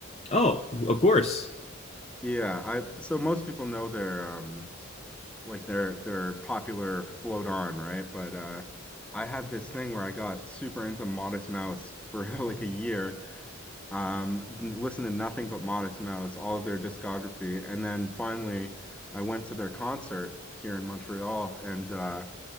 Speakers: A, on the left; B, in the centre.
A: oh, of course.
B: Yeah, I so most people know their um like their their popular Float On, right? But uh I had this thing where I got super into Modest Mouse for <laughs> like a year. Um listened to nothing but Modest Mouse, all of their discography, and then finally I went to their concert here in Montreal and uh